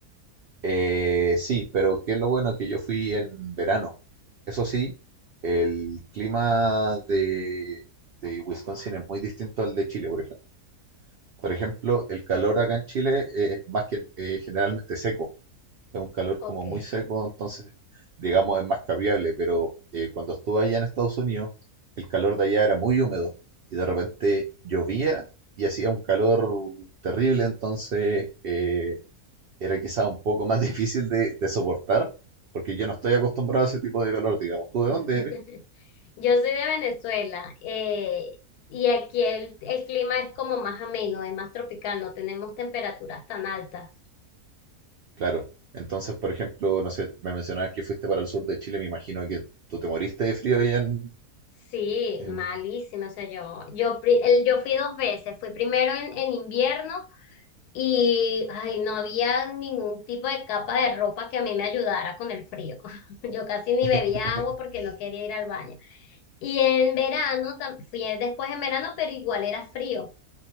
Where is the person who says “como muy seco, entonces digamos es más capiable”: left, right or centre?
Right